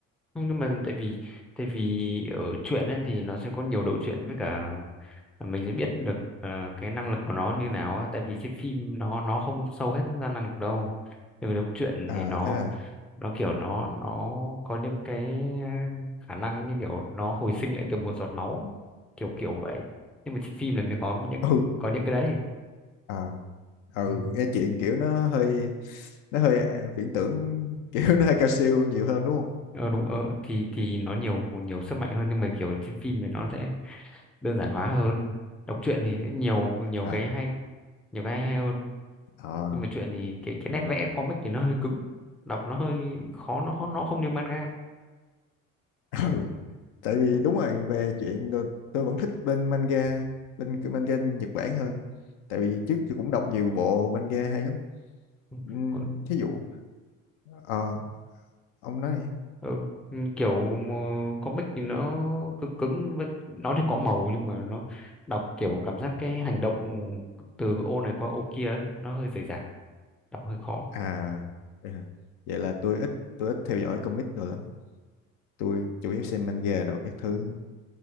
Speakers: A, in the centre; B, on the left.
A: không nhưng mà tại vì tại vì ở truyện ấy, thì nó sẽ có nhiều đầu truyện với cả mình sẽ biết được ờ, cái năng lực của nó như nào á tại vì trên phim nó nó không sâu hết ra năng lực đâu nhưng mà trong truyện
B: À
A: thì nó
B: thế à.
A: nó kiểu nó nó có những cái ờ, khả năng như kiểu nó hồi sinh lại từ một giọt máu ấy. kiểu kiểu vậy nhưng mà trên phim là mình có những
B: Ừ.
A: có những cái đấy
B: À, ừ
A: ừ.
B: nghe chuyện kiểu nó hơi nó hơi à, viễn tưởng <laughs> kiểu nó hơi cao siêu nhiều hơn đúng không?
A: ờ, đúng ờ, thì thì nó nhiều nhiều sức mạnh hơn nhưng mà kiểu trên phim thì nó sẽ đơn giản hóa hơn đọc truyện thì nhiều nhiều
B: À,
A: cái hay nhiều cái hay, hay hơn
B: ờ,
A: nhưng mà truyện thì cái cái
B: ừ.
A: nét vẽ comic thì nó hơi cứng đọc nó hơi khó nó nó không như manga
B: ừ. tại vì
A: ừ.
B: đúng rồi về chuyện đồ- tôi vẫn thích bên manga bên cái manga Nhật Bản hơn tại vì trước tôi cũng đọc nhiều bộ manga hay lắm
A: ừ,
B: Ừm,
A: còn
B: thí dụ ờ, ông nói đi
A: ừ. ừ, kiểu mà comic thì nó cứng cứng với nó thì có màu nhưng mà nó đọc kiểu cảm giác cái hành động từ ô này qua ô kia ấy, nó hơi rời rạc đọc hơi khó
B: à vậy hả? vậy là tôi ít tôi ít theo dõi comic đồ lắm tôi chủ yếu xem manga đồ các thứ